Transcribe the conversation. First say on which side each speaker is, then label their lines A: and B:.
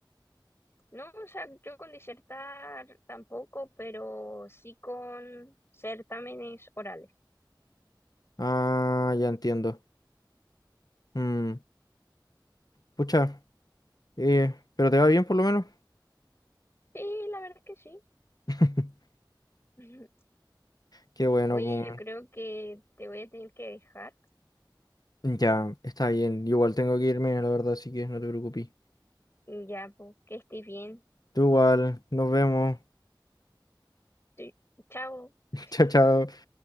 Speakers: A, on the left; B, on the left.
A: No, o sea, yo con disertar tampoco, pero sí con certámenes orales.
B: Ah, ya entiendo. Mm, pucha, eh, pero te va bien por lo menos.
A: Sí, la verdad es que sí.
B: <laughs>
A: <laughs>
B: Qué bueno,
A: Oye,
B: pues,
A: yo creo que te voy a tener que dejar
B: weón. Ya, está bien. Igual tengo que irme, la verdad, así que no te preocupes.
A: ya, pues, que estés bien.
B: Tú igual, nos vemos.
A: Sí, Chao.
B: <laughs>
A: <laughs>
B: Chao, chao.